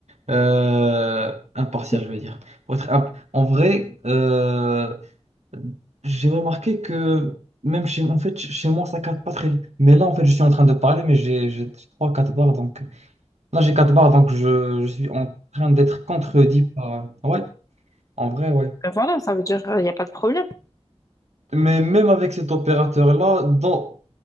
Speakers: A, on the right; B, on the left.
A: euh, impartial,
B: c'était-
A: je veux dire. Pour être imp- en vrai, euh, j'ai remarqué que même chez, en fait, chez moi, ça capte pas très vite. Mais là, en fait, je suis en train de parler, mais j'ai j'ai trois, quatre barres. Donc, là, j'ai quatre barres, donc je, je suis en train d'être contredit par. Ouais, en vrai, ouais.
B: ben voilà, pas de problème.
A: Mais même avec cet opérateur-là, dans,